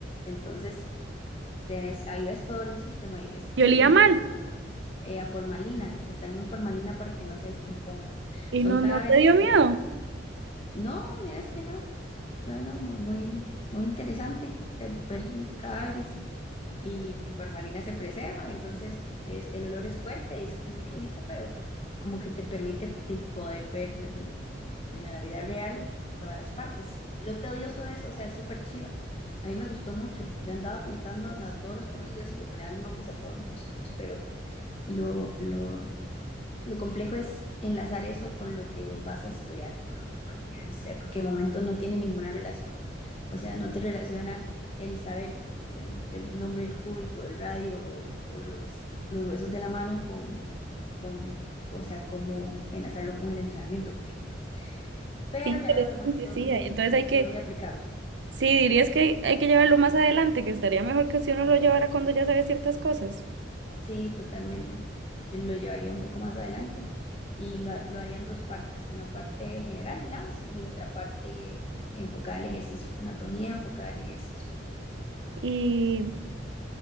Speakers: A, on the left (about 30°); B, on the right (about 75°).
A: Entonces, tenés, ahí ves todo el sistema digestivo,
B: Y olía mal.
A: el sistema eh, a formalina, están en formalina para que no se descompongan.
B: ¿Y
A: Son
B: no,
A: cadáveres
B: no te dio miedo?
A: que no, miras que no. No, no, muy, muy, muy interesante. Per- per- cadáveres y en formalina se preservan, entonces es, el olor es fuerte, es como un químico, pero como que te permite te- poder ver en, en la vida real todas las partes. Lo tedioso de eso, o sea, es súper chiva. A mí me gustó mucho. Yo andaba pintando a todos los conocidos y le ponía los nombres a todos los músculos, pero lo, lo lo complejo es enlazar eso con lo que vos vas a estudiar, con lo, con lo que quieres hacer, porque de momento no tiene ninguna relación. O sea, no te relaciona el saber el, el nombre del cúbito, del radio o, o los, los huesos de la mano con, con, o sea, cómo enlazarlo con el entrenamiento, por ejemplo. Pero
B: Qué interesante,
A: ya lo demás todo
B: sí.
A: es muy,
B: hay- Entonces hay que,
A: todo es muy aplicable.
B: sí, dirías que hay que llevarlo más adelante, que estaría mejor que si uno lo llevara cuando ya sabe ciertas cosas.
A: Sí, totalmente. Yo Lo llevaría un poco más adelante y lo, ha- lo haría en dos partes, una parte general, digamos, y otra parte enfocada al ejercicio, anatomía enfocada al ejercicio.
B: Y